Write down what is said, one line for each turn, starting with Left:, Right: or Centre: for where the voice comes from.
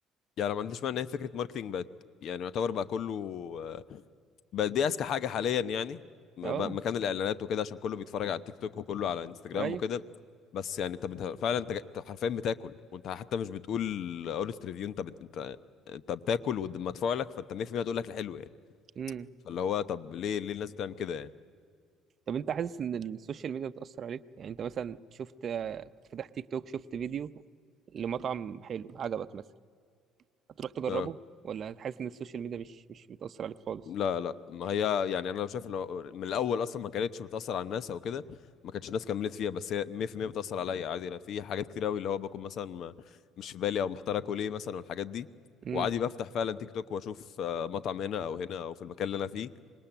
Left: يعني أنا ما عنديش مانع ان هي فكره ماركتينج بقت يعني يعتبر بقى كله آه، بقت دي اذكى حاجه حاليا يعني م-
Right: أه
Left: ب- مكان الاعلانات وكده عشان كله بيتفرج على التيك توك وكله على انستجرام
Right: أيوه
Left: وكده بس يعني انت بت- فعلا انت جا- أنت حرفيا بتاكل وانت حتى مش بتقول اونست ريفيو انت بت... انت انت بتاكل ومدفوع لك فانت 100% هتقول لك الحلو يعني
Right: امم
Left: فاللي هو طب ليه ليه الناس بتعمل كده يعني
Right: طب أنت حاسس إن السوشيال ميديا بتأثر عليك يعني أنت مثلا شفت كنت فاتح تيك توك شفت فيديو لمطعم حلو عجبك مثلا هتروح تجربه
Left: آه.
Right: ولا هتحس إن السوشيال ميديا مش مش بتأثر عليك خالص
Left: لا لا ما هي يعني انا لو شايف انه من الاول اصلا ما كانتش بتاثر على الناس او كده ما كانتش الناس كملت فيها بس هي 100% بتاثر عليا عادي انا في حاجات كتير قوي اللي هو بكون مثلا ما- مش في بالي او محتار اكل ايه مثلا والحاجات دي
Right: امم
Left: وعادي بفتح فعلا تيك توك واشوف آه، مطعم هنا او هنا او في المكان اللي انا فيه